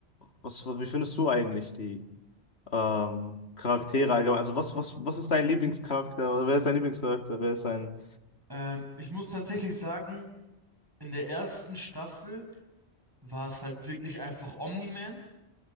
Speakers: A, on the left (about 70°); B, on the right (about 20°).
A: was, wie findest du eigentlich die? ähm, Charaktere allgemein. Also was, was, was ist dein Lieblingscharakter? Wer ist dein Lieblingscharakter? Wer ist dein...
B: ähm, ich muss tatsächlich sagen, in der ersten Staffel war es halt wirklich einfach Omni-Man.